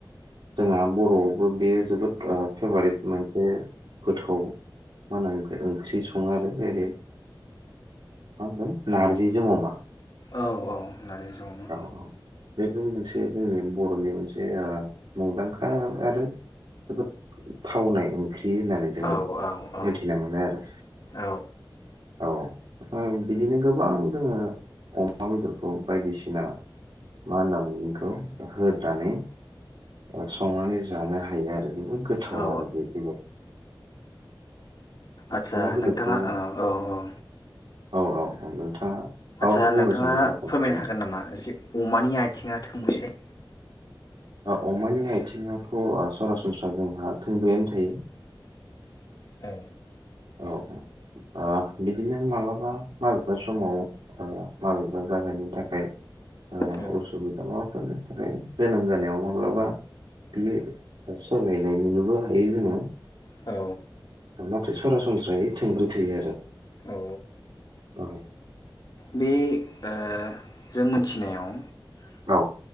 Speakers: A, on the right (about 75°); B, on the left (about 55°).
A: जोंहा बर'आवबो बेयो जोबोद ओ फेभारेट मोनसे गोथाव मा होनोखाय ओंख्रि सङो आरो जै मा होनगोन नारजिजों अमा।
B: औ औ नारजिजों अमा।
A: औ औ बेबो मोनसे जोंनि बर'नि मोनसे ओ मुंदांखा आरो जोबोद थावनाय ओंख्रि होननानै जों
B: औ औ औ
A: मिथिना मोनो आरो
B: औ
A: औ। ओ बिदिनो गोबां जोङो अमा बेदरखौ बायदिसिना मा होनना बुङो बिखौ? ओ होद दाने ओ संनानै जानो हायो आर ओरैबो गोथाव
B: औ
A: आरो बे बेगर
B: आथसा
A: बेदरखौ
B: नोंथाङा औ औ औ
A: औ औ औ नोंथाङा माबाफोर
B: आदसा
A: बुंनो
B: नोंथाङा
A: सानदोंबा खोन्थालाय
B: फोरमायनो हागोन नामा जि अमानि आथिङा थों थंबैसे
A: ओ अमानि आथिङावथ' ओ सरासनस्रा जोंहा थोंब्रैयानो थायो।
B: औ
A: औ औ ओ बिदिनो मालाबा माबि बे समाव ओ माबेबा जाहोननि थाखाय ओ
B: औ औ
A: असुबिदा माबाफोर जायो। जोनोम जानायाव
B: औ
A: माब्लाबा बियो सोलायनाय नुनोबो हायो जोङो।
B: औ
A: नाथाय सरासनस्रायै थोंब्रै थायो आरो।
B: औ औ
A: औ
B: बे ओ जों मिथिनायाव
A: औ